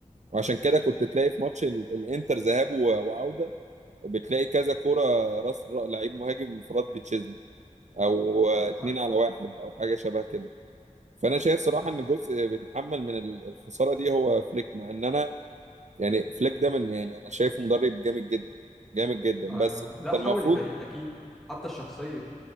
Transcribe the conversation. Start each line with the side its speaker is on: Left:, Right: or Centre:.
Right: وعشان كده كنت تلاقي في ماتش ال- الانتر ذهاب و- وعوده بتلاقي كذا كوره راس را- لعيب مهاجم انفراد بتشيزني او اتنين
Centre: ح-
Right: على واحد او حاجه شبه كده فانا شايف صراحه
Centre: بز-
Right: ان جزء بيتحمل من ال- الخساره دي هو فليك مع ان انا يعني فليك ده من يعني انا شايفه مدرب جامد جدا جامد جدا
Centre: آه،
Right: بس
Centre: لا
Right: انت
Centre: حول
Right: المفروض
Centre: الفريق اكيد حتى الشخصيه